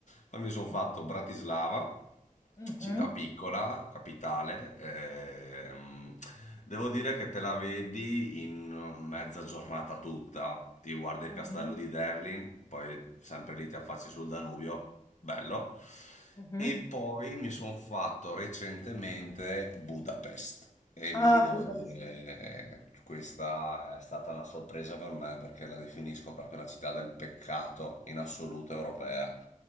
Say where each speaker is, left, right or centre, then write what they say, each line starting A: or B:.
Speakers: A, on the left; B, on the left.
A: Poi mi sono
B: Mhm,
A: fatto Bratislava,
B: mhm,
A: città piccola, capitale. ehm, devo dire che te la vedi in mezza giornata tutta. Ti guardi
B: mhm,
A: il castello di Devlin, poi sempre lì ti affacci sul Danubio, bello.
B: mhm.
A: E poi mi sono fatto recentemente Budapest e lì
B: Ah,
A: devo
B: Budapest.
A: dire eh, questa è stata una sorpresa per me perché la definisco proprio la città del peccato in assoluto europea.